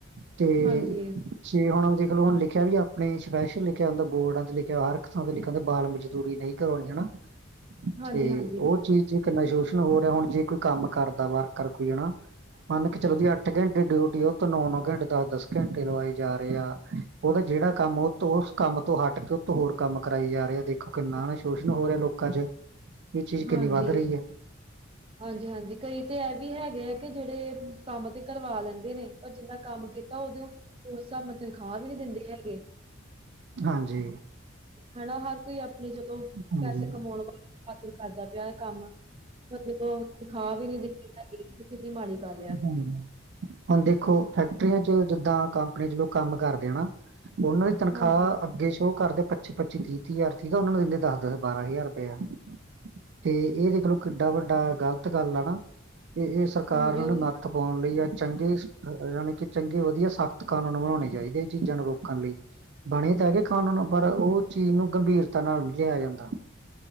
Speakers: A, on the right; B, on the right.
A: ਤੇ
B: ਹਾਂਜੀ
A: ਜੇ ਹੁਣ ਦੇਖ ਲਓ ਹੁਣ ਲਿਖਿਆ ਵੀ ਆਪਣੇ ਸਪੈਸ਼ਲ ਲਿਖਿਆ ਹੁੰਦਾ ਬੋਰਡਾਂ ਤੇ ਲਿਖਿਆ ਹਰ ਥਾਂ ਲਿਖਿਆ ਹੁੰਦਾ ਬਾਰਵੇਂ। ਦੂਰੀ ਨਹੀਂ ਕਰਵਾਉਣੀ ਹਨਾ।
B: ਹਾਂਜੀ
A: ਤੇ
B: ਹਾਂਜੀ
A: ਉਹ ਚੀਜ਼ ਇੱਕ ਨਾ ਸ਼ੋਸ਼ਣ ਹੋ ਰਿਹਾ ਹੁਣ ਜੇ ਕੋਈ ਕੰਮ ਕਰਦਾ ਵਰਕਰ ਕੋਈ ਹੈ ਨਾ। ਮੰਨ ਕੇ ਚਲੋ ਜੀ ਅੱਠ ਘੰਟੇ ਡਿਊਟੀ ਆ ਉਹ ਤੋਂ ਨੌ ਨੌ ਘੰਟੇ ਦਸ ਦਸ ਘੰਟੇ ਲਵਾਈ ਜਾ ਰਹੇ ਆ। ਉਹਦਾ ਜਿਹੜਾ ਕੰਮ ਉਹ ਉਸ ਕੰਮ ਤੋਂ ਹਟ ਕੇ ਉਤ ਹੋਰ ਕੰਮ ਕਰਾਈ ਜਾ ਰਿਹਾ ਦੇਖੋ ਕਿੰਨਾ ਨਾ ਸ਼ੋਸ਼ਣ ਹੋ ਰਿਹਾ ਲੋਕਾਂ ਚ।
B: <unintelligible>
A: ਇਹ ਚੀਜ਼ ਕਿੰਨੀ
B: ਹਾਂਜੀ,
A: ਵੱਧ ਰਹੀ ਹੈ
B: ਹਾਂਜੀ, ਹਾਂਜੀ, ਕਈ ਤੇ ਇਹ ਵੀ ਹੈਗੇ ਆ ਕਿ ਜਿਹੜੇ। ਕੰਮ ਤੇ ਕਰਵਾ ਲੈਂਦੇ ਨੇ ਪਰ ਜਿੰਨਾ ਕੰਮ ਕੀਤਾ ਉਹਦੇ ਉਸ ਹਿਸਾਬ ਨਾਲ ਤਨਖਾਹ ਵੀ ਨੀ ਦਿੰਦੇ ਹੈਗੇ।
A: ਹਾਂਜੀ।
B: ਹਨਾ ਹਰ ਕੋਈ ਆਪਣੇ ਜਦੋਂ
A: ਹਾਂਜੀ
B: ਪੈਸੇ ਕਮਾਉਣ ਵਾਸਤੇ। ਖਾਤਰ ਕਰਦਾ ਪਿਆ ਕੰਮ ਪਰ ਜਦੋਂ ਤਨਖਾਹ ਵੀ ਨੀ ਦੀ ਦਿਖੀ ਕਿੰਨੀ ਮਾੜੀ ਗੱਲ ਏ।
A: ਹਮ ਹੁਣ ਦੇਖੋ ਹੈਕ ਕਰੀਆਂ ਚ ਜਿੱਦਾਂ ਕੰਪਨੀ ਚ ਲੋਕ ਕੰਮ ਕਰਦੇ ਆ ਨਾ ਉਹਨਾਂ ਦੀ ਤਨਖਾਹ
B: ਹਾਂਜੀ,
A: ਅੱਗੇ ਸ਼ੋਅ ਕਰਦੇ। ਪਚੀ ਪੱਚੀ ਤੀਹ-ਤੀਹ ਹਜ਼ਾਰ ਠੀਕ ਆ ਉਹਨਾਂ ਨੂੰ ਦਿੰਦੇ ਦਸ-ਦਸ ਬਾਰਾਂ ਹਜ਼ਾਰ ਰੁਪਇਆ ਤੇ ਇਹ ਦੇਖਲੋ। ਕਿੱਡਾ ਵੱਡਾ ਗ਼ਲਤ ਗੱਲ ਆ ਨਾ। ਇਹ-ਇਹ ਸਰਕਾਰ
B: ਹਾਂਜੀ
A: ਨੂੰ
B: ਉਹੀ ਨਾ
A: ਨੱਥ ਪਾਉਣ ਲਈ ਜਾਂ ਚੰਗੇ ਯਾਨੀ ਕਿ ਚੰਗੇ ਵਧੀਆ ਸਖਤ ਕਾਨੂੰਨ ਬਣਾਉਣੇ ਚਾਹੀਦੇ। ਇਹ ਚੀਜ਼ਾਂ ਨੂੰ ਰੋਕਣ ਲਈ। ਬਣੇ ਤਾਂ ਹੈਗੇ ਕਾਨੂੰਨ ਪਰ ਉਹ ਚੀਜ਼ ਨੂੰ ਗੰਭੀਰਤਾ ਨਾਲ ਨਹੀਂ ਲਿਆ ਜਾਂਦਾ।